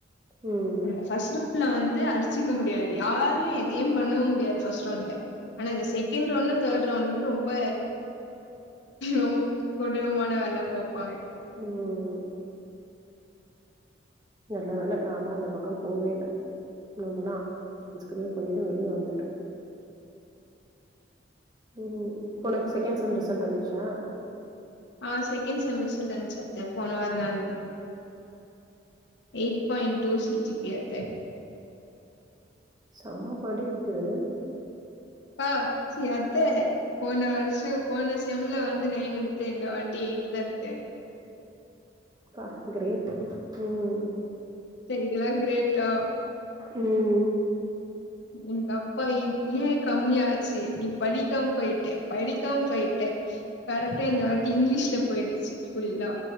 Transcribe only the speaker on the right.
ம்
ம் நல்லவேல நா தா அந்த பக்கம் போவே இல்ல நம்மலா தன்ஸ்கினி போயிட்டு வெளிய வந்துட்டோ ம் உனக்கு செகேன்ட் செம் ரிசல்ட் வந்திரிச்சா
செம்ம படிப்பு ம்
பா கிரேட் ம்
ம்